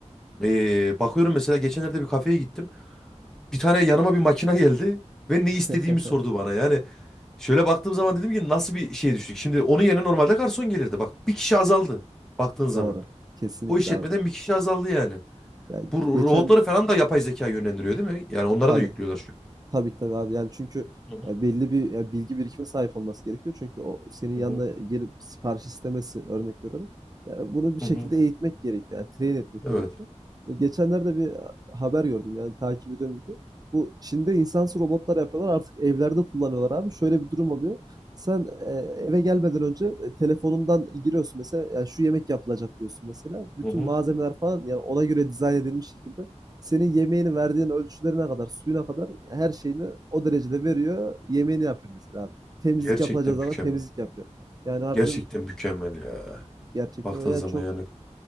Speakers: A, in the centre; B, on the right (about 30°).
A: e, bakıyorum mesela geçenlerde bir kafeye gittim. Bir tane yanıma bir makine geldi ve ne
B: <laughs>
A: istediğimi sordu bana. Yani şöyle baktığım zaman dedim ki nasıl bir şeye düştük. Şimdi onun yerine normalde garson gelirdi. Bak bir kişi azaldı baktığın zaman.
B: Doğru. Kesinlikle
A: O işletmeden
B: abi.
A: bir kişi azaldı yani.
B: Yani
A: Bu
B: geçen
A: robotları falan da yapay zeka yönlendiriyor değil mi? Yani onlara
B: tabii
A: da yüklüyorlar şu.
B: Tabii tabii abi. Yani çünkü
A: Hı
B: ya belli bir ya bilgi birikimine sahip olması gerekiyor. Çünkü o senin
A: hı
B: yanına
A: hı
B: gelip sipariş istemesi örnek veriyorum. Yani bunu bir şekilde
A: hı hı hı.
B: eğitmek gerekiyor. Yani train etmek
A: Evet.
B: gerekiyor. Ve geçenlerde bir haber gördüm yani takip ediyorum bir de. Bu Çin'de insansız robotlar yapıyorlar artık evlerde kullanıyorlar abi. Şöyle bir durum oluyor. Sen e, eve gelmeden önce e, telefonundan giriyorsun mesela yani şu yemek yapılacak diyorsun mesela. Bütün
A: hı hı.
B: malzemeler falan yani ona göre dizayn edilmiş şekilde senin yemeğini verdiğin ölçülerine kadar, suyuna kadar her şeyini o derecede veriyor. Yemeğini yapıyor mesela abi. Temizlik
A: Gerçekten
B: yapılacağı
A: mükemmel.
B: zaman temizlik yapıyor. Yani harbiden
A: Gerçekten mükemmel ya.
B: gerçekten
A: Baktığın
B: öyle Yani
A: zaman
B: çok
A: yani.